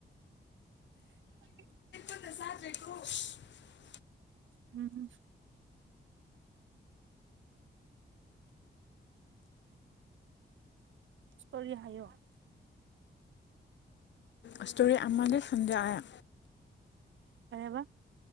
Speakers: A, on the right; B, on the left.
A: <unintelligible>
B: <unintelligible>
A: ꯎꯝ ꯀꯔꯤ ꯍꯥꯏꯌꯣ
B: ꯏꯁꯇꯣꯔꯤ ꯑꯃꯗ ꯁꯟꯗꯦ ꯑꯌꯥ
A: ꯀꯩ ꯍꯥꯏꯕ